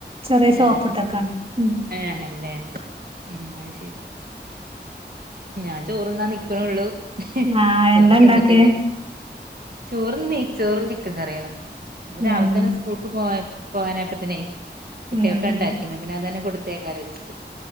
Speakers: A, on the right; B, on the right.
A: ചെറിയ ഷോപ്പ്
B: ഏ
A: ഇട്ടക്കാണ് ഉം
B: എ അങ്ങനല്ലേ ഉം അയ് ശരി ഞാൻ ചോറുണ്ണാൻ നിക്കണുള്ളു ഇഹി
A: ആഹ്
B: ചോറും
A: എന്താ ഇണ്ടാക്കിയേ
B: തിന്നിട്ടില്ലാ ചോറും നെയ്ച്ചോറും ചിക്കൻ കറിയാണ് ഇന്ന്
A: ഉം
B: രാവിലെ തന്നെ സ്കൂൾക്ക് പോയ പോകാനായപ്പത്തേനെ കുട്ടിയക്ക്
A: ഉം ഉം
B: ഇണ്ടാക്കിന്ന് പിന്നെ അത് അന്നെ കൊടു ത്തേക്കാറ് വെച്ചിട്ട്